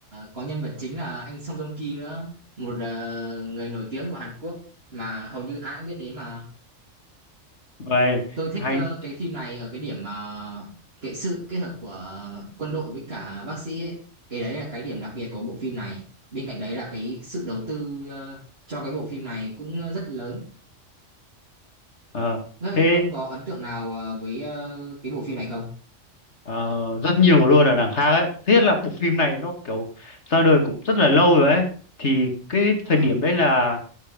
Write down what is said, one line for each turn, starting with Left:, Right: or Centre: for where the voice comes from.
Right: có nhân vật chính là anh Song Joong Ki nữa, một ờ, người nổi tiếng của Hàn Quốc mà hầu như ai cũng biết đến mà.
Left: vậy
Right: tôi thích
Left: hay
Right: ờ, cái phim này ở cái điểm mà cái sự kết hợp của ờ, quân đội với cả bác sĩ ấy. Cái đấy là cái điểm đặc biệt của bộ phim này bên cạnh đấy là cái sự đầu tư ờ, cho cái bộ phim này cũng rất lớn
Left: ờ
Right: Thế
Left: thế
Right: ông có ấn tượng nào ờ, với ờ, cái bộ phim này không
Left: Ờ, rất nhiều luôn ở đằng khác ấy tiếc là bộ phim này nó kiểu ra đời cũng rất là lâu rồi ấy thì cái
Right: Ờ,
Left: thời điểm đấy là